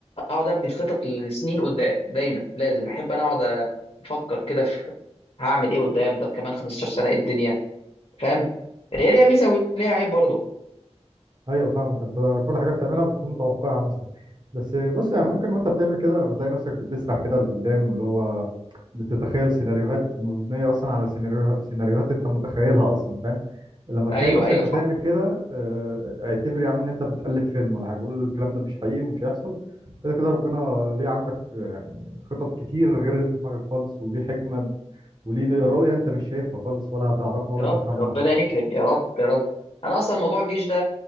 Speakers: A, on the left; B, on the right.
A: اقعد ابني خطط لسنين قدام دايما لازم بحب انا اقعد افكر كده في هعمل ايه قدام طب كمان 15 سنه ايه الدنيا فاهم هي ليها ميزه وليها عيب برضه
B: ايوه فاهمك انت كل حاجه بتعملها بتكون متوقعها مثلا بس بص يعني
A: م،
B: ممكن وانت بتعمل كده لما تلاقي نفسك بتسرح كده لقدام واللي هو بتتخيل سيناريوهات مبنيه اصلا على سيناريو... سيناريوهات انت متخيلها اصلا فاهم لما تلاقي
A: ايوه
B: نفسك
A: ايوه
B: بتعمل
A: صح
B: كده آه، اعتبر يا عم ان انت بتألف فيلم ولا حاجه قول الكلام ده مش حقيقي ومش هيحصل كده كده ربنا ليه عندك آه، يعني خطط كتير غير اللي في دماغك خالص وليه حكمه وليه رؤيه انت مش شايفها خالص ولا هتعرفها ولا
A: يا رب
B: تفهمها
A: ربنا يكرم يا رب يا رب انا اصلا موضوع الجيش ده